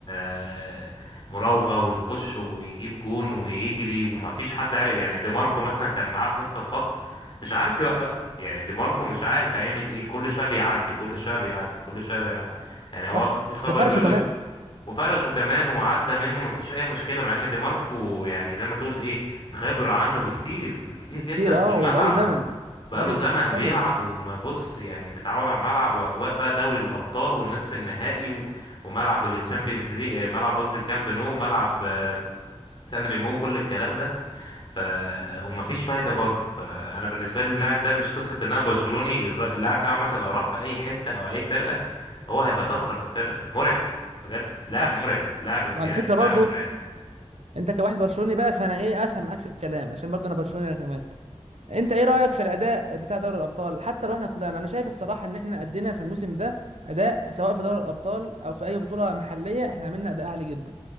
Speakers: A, on the left (about 50°); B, on the right (about 80°).
A: آه، مراوغة ويخش ويجيب جون ويجري وما فيش حد عارف يعني دي ماركو مثلا كان معاه في نفس الخط مش عارف يوقفه يعني دي ماركو مش عارف هيعمل ايه كل شوية بيعدي كل شوية بيعدي كل شوية بيعدي يعني هو
B: صح
A: أصلا في خبر
B: ده فرشه
A: بيقول
B: كمان
A: لك وفرشه كمان وعدى منه مفيش اي مشكله مع ان دي ماركو يعني زي ما تقول ايه خبره عنه بكتير بكتير
B: بكتير
A: جدا في
B: اه
A: الملعب
B: وبقاله زمن
A: و- وبقاله
B: بقاله
A: زمن بيلعب
B: زمن اه
A: وبص يعني متعود على الملعب واجواء بقى دوري الابطال والنصف النهائي و- وملعب التشامبيونز ليج ملعب قصدي الكامب نو ملعب آه، سان ريمو كل الكلام ده ف ومفيش فايده برضه فانا بالنسبه لي اللاعب ده مش قصه ان انا برشلوني الر- اللاعب ده عامه لو راح في اي حته او اي فرقه هو هيبقى طفره في الفرقه مرعب بجد لاعب
B: صح
A: مرعب لاعب امكانياته
B: وعلى فكره
A: فعلا
B: برضو
A: مرعب
B: انت كواحد برشلوني بقى فانا ايه افهم معاك في الكلام عشان برضو انا برشلوني انا كمان انت ايه رايك في الاداء بتاع دوري الابطال حتى لو احنا طلعنا انا شايف الصراحه ان احنا ادينا في الموسم ده اداء سواء في دوري الابطال او في اي بطوله محليه احنا عملنا اداء عالي جدا